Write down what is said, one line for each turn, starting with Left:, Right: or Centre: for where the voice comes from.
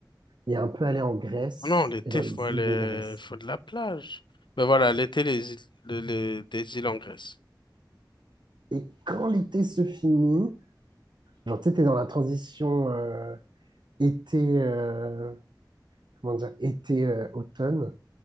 Right: et un peu aller en Grèce
Left: Ah Non, l'été,
Right: et dans les
Left: faut aller,
Right: îles de Grèce.
Left: faut de la plage. Mais voilà, l'été, les îles, les, les- des îles en Grèce.
Right: Et quand l'été se finit, genre, tu sais, t'es dans la transition euh, été, euh, comment dire, été-automne,